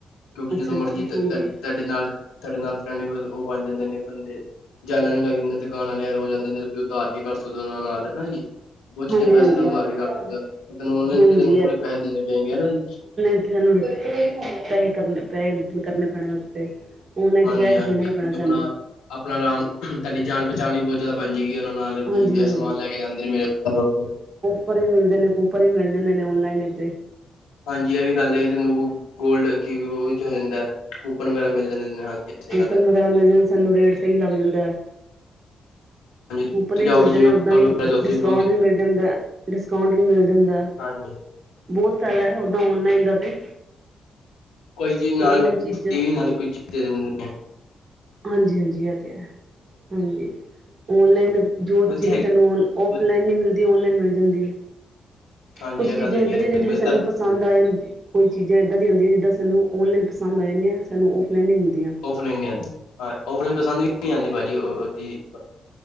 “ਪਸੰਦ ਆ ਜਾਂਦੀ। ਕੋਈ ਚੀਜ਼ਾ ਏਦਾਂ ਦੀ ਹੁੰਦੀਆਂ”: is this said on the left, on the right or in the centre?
Right